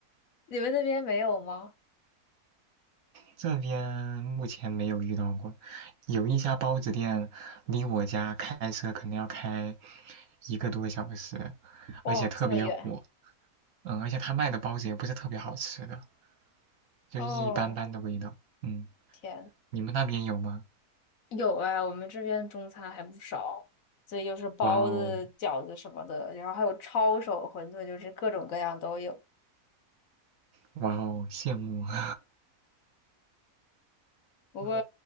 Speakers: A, on the left; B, on the right.
A: 你们那边没有吗？
B: 这边目前没有遇到过，有一家包子店离我家开车可能要开一个多小时，
A: 哇、
B: 而且特别火。
A: 这么远。
B: 嗯，而且他卖的包子也不是特别好吃的，就一般般的味道。
A: 哦，
B: 嗯，
A: 天，
B: 你们那边有吗？
A: 有啊，我们这边中餐还不少，所以就是包子、
B: 哇哦，
A: 饺子什么的，然后还有抄手、馄饨，就是各种各样都有。
B: 哇哦，羡慕。<laughs>
A: 不过
B: 嗯，